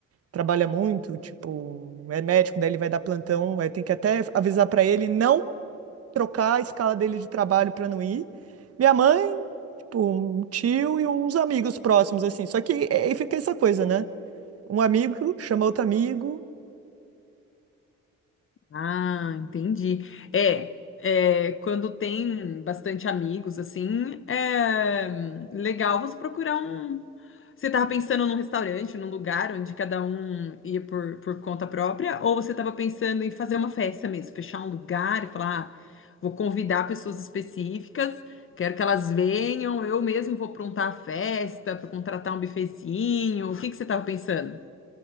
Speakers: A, on the right; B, on the left.
A: trabalha muito, tipo, é médico, daí ele vai dar plantão, aí tem que até avisar pra ele não trocar a escala dele de trabalho pra não ir. Minha mãe, tipo, um tio e uns amigos próximos, assim. Só que é, aí fica essa coisa, né? Um amigo chama outro amigo.
B: Ah, entendi. É, é, quando tem bastante amigos, assim, é legal você procurar um. Você estava pensando num restaurante, num lugar onde cada um ia por, por conta própria, ou você estava pensando em fazer uma festa mesmo, fechar um lugar e falar, ah, vou convidar pessoas específicas, quero que elas venham, eu mesmo vou aprontar a festa, para contratar um bufezinho. O que que você estava pensando?